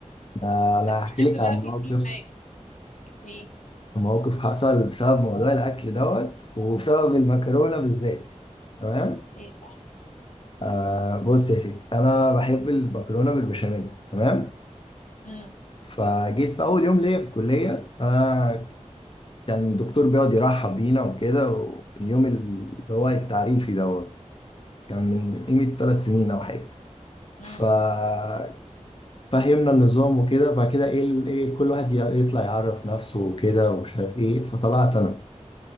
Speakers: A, on the left; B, on the left.
A: آه انا
B: بس
A: هحكي
B: بحب
A: لك عن
B: بقى اكل
A: موقف
B: كل حاجة ايه
A: موقف حصل بسبب موضوع الاكل دوت وبسبب المكرونه بالذات تمام
B: ايه بقى
A: آه بص يا ستي انا بحب المكرونه بالبشاميل تمام
B: مم.
A: فجيت في اول يوم ليا في الكليه انا كان الدكتور بيقعد يرحب بينا وكده واليوم اللي هو التعريفي دوت كان من قيمة ثلاث سنين أو حاجة
B: مم.
A: ففهمنا النظام وكده بعد كده إيه ال- إيه كل واحد ي- يطلع يعرف نفسه وكده ومش عارف إيه فطلعت أنا